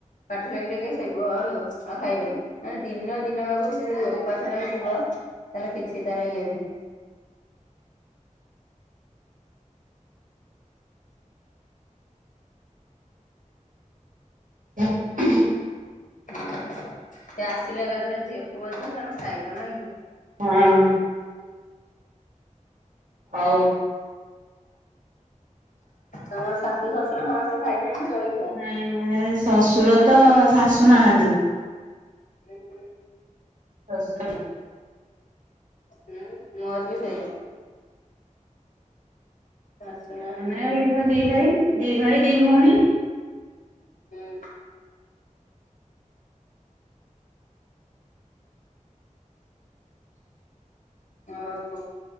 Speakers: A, on the left (about 75°); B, on the right (about 80°).
A: ପାଠ ଲେଖି ଲେଖି ଶୋଇପଡିବ ଆଉ ଖାଇବନି। ମାନେ ଦିନ ଦିନ ବାକୁ ସେ ଯଦି ଉପାସନା ହେଇ ଯିବ ତାହେଲେ କିଛି ତାର ଇଏ ନାହିଁ।
B: <unintelligible>
A: ହୁଁ ସେଏ ଆସିଲେ ଏକାଥରେ ଝିଅ ପୁଅ ଝି ହେ ତମେ ଖାଇବ ନାଇଁ କି?
B: ହଁ। ହଉ।
A: ତମ ଶାଶୁ ଶ୍ୱଶୁର ସମସ୍ତେ ଖାଇଛନ୍ତି ଜ
B: ନାଇଁ ଶଶୁର ତ ଶାଶୁ ନାହାନ୍ତି।
A: ହୁଁ
B: ସରି।
A: ହୁଁ ମୋର ବି ସେଇଆ। ଶାଶୁ ନାହାନ୍ତି।
B: ନାଇଁ ଏମାନେ ଦି ଭାଇ ଦି ଭାଇ ଦି ଭଉଣୀ
A: ହୁଁ। ଓହୋ